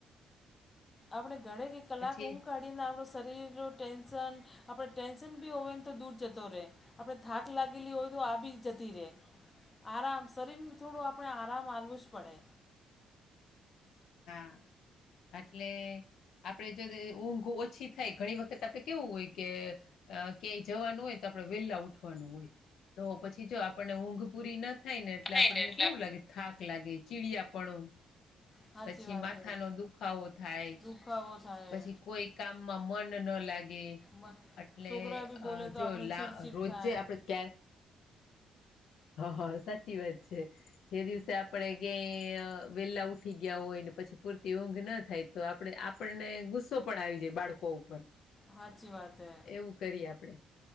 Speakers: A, on the left; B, on the left.
A: આપડણે ઘરે કે કલાક
B: પછી
A: ઊંગ કા આપણું શરીરનું ટેન્શન આપણે ટેન્શન બી હોય ને તો દૂર જતો રહે આપણે થાક લાગેલી હોય તો આવી બી જતી રે આરામ શરીરને થોડું આપણે આરામ આલવું જ પડે
B: હા એટલે આપડણે જો ઊંઘ ઓછી થાય ઘણી વખત આપડે કેવું હોય કે અ ક્યાંય જવાનું હોય તો આપડણે વેલા ઉઠવાનું હોય તો પછી જો આપને ઊંઘ પુરી નથી થાય ને એટલે
A: થાય
B: આપણને
A: એટલે
B: કેવું લાગે થાક લાગે ચીડિયાપણુ
A: સાચી
B: પછી
A: વાત
B: માથા
A: હે
B: નો દુખાવો થાય
A: દુખાવો થાય
B: પછી કોઈ કામમાં મન ન લાગે
A: મ
B: અટલે
A: છોકરા બી
B: અ
A: બોલે તો
B: જો
A: આપણે
B: લા
A: ચીડચીડ
B: રોજ
A: થાય
B: આપડે ક હા હા સાચી વાત છે જે દિવસે આપણેે કે વેલા ઉઠી ગયા હોય ને પછી પૂરતી ઊંઘ ના થાય તો આપણે આપણને ગુસ્સો પણ આવી જાય બાળકો ઉપર
A: સાચી વાત હે
B: એવું કરીએ આપડે